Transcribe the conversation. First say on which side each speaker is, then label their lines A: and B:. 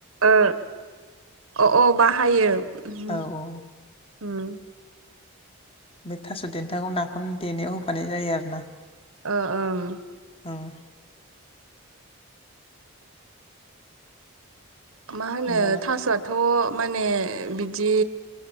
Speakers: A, on the right (about 65°); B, on the left (about 25°).
A: ओ अ अ बाहायो उम
B: औ औ
A: उम
B: बे थास' देन्थाखौ नाफाम देनायाव होफानाय जायो आरो ना।
A: ओ ओ ओं
B: ओं
A: मा
B: होमबा
A: होनो थास'आथ' माने बिदि